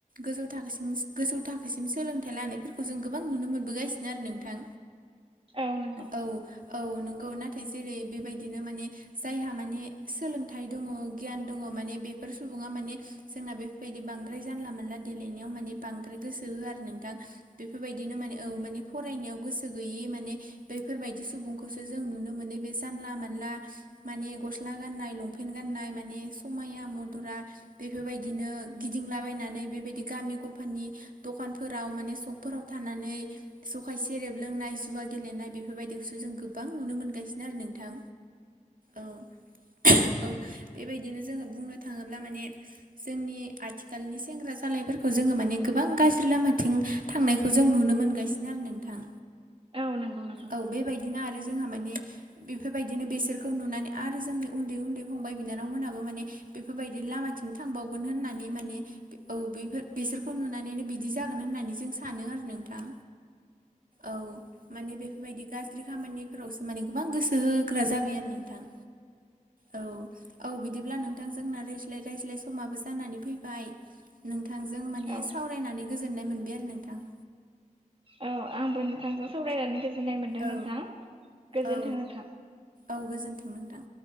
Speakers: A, on the right (about 85°); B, on the right (about 40°).
A: गोजौ थाखोसिमस गोजौ थाखोसिम सोलोंथाइ लानायफोरखौ जों गोबां नुनो मोनबोगासिनो आरो नोंथां।
B: औ नंगौ
A: औ औ नंगौ नाथाय जेरै बेबायदिनो माने जायहा माने सोलोंथाइ दङ' गियान दङ' माने बेफोर सुबुङा माने जोंना बे बायदि बांद्राय जानला मानला देलायनायाव माने बांद्राय गोसो होआ आरो नोंथां बेफोरबायदिनो माने औ माने फरायनायाव गोसो गैयि मा ने बैफोरबायदि सुबुंखौसो जों नुनो मोनो बे जानला मानला माने गस्ला गाननाय लंफेन गाननाय माने समाया मद'रा बेफोरबायदिनो गिदिंलाबायनानै बेबायदि गामि गफानि दखानफोराव माने सकफोराव थानानै जौखाय सेरेब लोंनाय जुवा गेलेनाय बेफोरबायदियावसो जों गोबां नुनो मोनगासिनो आरो नोंथां औ <unintelligible> औ बेबायदिनो जोङो बुंनो थाङोब्ला माने जोंनि आथिखालनि सेंग्रा जालायफोरखौ जोङो माने गोबां गाज्रि लामाथिं थांनायखौ जों नुनो मोनगासिनो आरो नोंथां।
B: औ नंगौ नंगौ
A: औ बेबायदिनो आरो जोंहा माने बेफोरबायदिनो बेसोरखौ नुनानै आरो जोंनि उन्दै - उन्दै फंबाय बिनानावमोनाबो माने बेफोरबायदि लामाथिं थांबावगोन होननानै माने औ बेफोर बेसोरखौ नुनानैनो बिदि जागोन होननानै जों सानो आरो नोंथां। औ माने बेफोरबायदि गाज्रि खामानिफोरावसो माने गोबां गोसो होग्रा जाबाय आरो नोंथां। औ औ बिदिब्ला नोंथां जोंना रायज्लाय - रायज्लाय समाबो जानानै फैबाय नोंथांजों माने
B: औ
A: सावरायनानै गोजोननाय मोनबाय आरो नोंथां।
B: औ आंबो नोंथांजों सावरायनानै गोजोननाय मोनदों
A: औ
B: नोंथां गोजोन्थों
A: औ
B: नोंथां।
A: औ गोजोन्थों नोंथां।